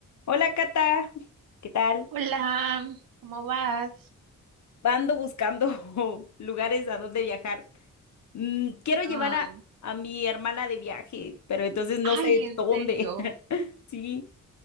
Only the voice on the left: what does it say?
Hola Cata, ¿qué tal?
Ando buscando <laughs> lugares a donde viajar. Mm, quiero llevar
a, a mi hermana de viaje, pero entonces no
sé
dónde.
<laughs> Sí,